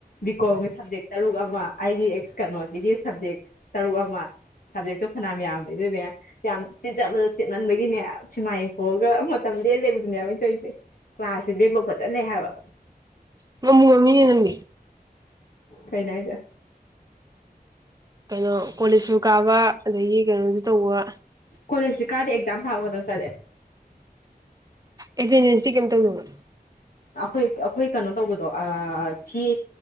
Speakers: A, on the left; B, on the right.
A: ꯕꯤꯀꯣꯝꯒꯤ ꯁꯕꯖꯦꯛ ꯇꯔꯨꯛ ꯑꯃ ꯑꯩꯒꯤ ꯑꯦꯛ ꯀꯩꯅꯣꯁꯤꯒꯤ ꯁꯞꯖꯦꯛ ꯇꯔꯨꯛ ꯑꯃ ꯁꯕꯖꯦꯛꯇꯣ ꯐꯅꯌꯥꯝ ꯌꯥꯝꯕꯩ ꯗꯨꯅꯦ ꯌꯥꯝ ꯆꯤꯟꯖꯥꯕꯗꯣ ꯆꯤꯟꯃꯟꯕꯒꯤꯅꯦ ꯁꯤꯃꯥ ꯌꯦꯡꯊꯣꯛꯑꯒ ꯃꯇꯝ ꯂꯦꯟ ꯂꯩꯕꯗꯨꯅꯦꯕꯅ ꯑꯩꯅ ꯇꯧꯔꯤꯁꯦ ꯀ꯭ꯂꯥꯁꯁꯦ ꯕꯦꯛꯂꯣꯛ ꯐꯖꯅ ꯂꯩ ꯍꯥꯏꯕ
B: <inaudible> ꯉꯝꯒꯅꯤꯌꯦ ꯅꯪꯗꯤ
A: ꯀꯩꯅꯣ ꯍꯥꯏꯖꯦ
B: ꯀꯩꯅꯣ ꯀꯣꯂꯦꯖꯁꯨ ꯀꯥꯕ ꯑꯗꯒꯤ ꯀꯩꯅꯣꯖꯨ ꯇꯧꯕ
A: ꯀꯣꯂꯦꯖꯁꯨ ꯀꯥꯗꯤ ꯑꯦꯛꯖꯥꯝ ꯊꯥꯕ ꯈꯛꯇꯪ ꯆꯠꯂꯦ
B: ꯑꯦꯇꯦꯟꯗꯦꯟꯁꯇꯤ ꯀꯩꯝ ꯇꯧꯗꯕ꯭ꯔꯣ
A: ꯑꯩꯈꯣꯏ ꯑꯩꯈꯣꯏ ꯀꯩꯅꯣ ꯇꯧꯕꯗꯣ ꯑꯥ ꯁꯤꯒꯤ